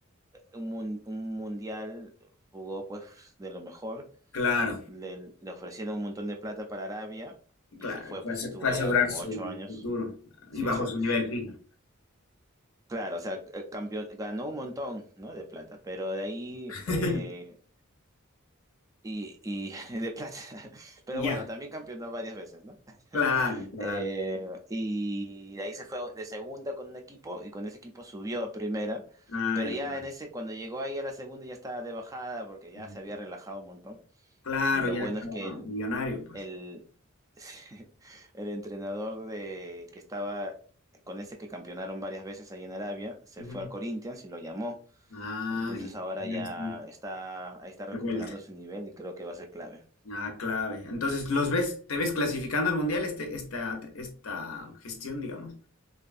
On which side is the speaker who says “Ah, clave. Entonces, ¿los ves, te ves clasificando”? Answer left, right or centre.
Left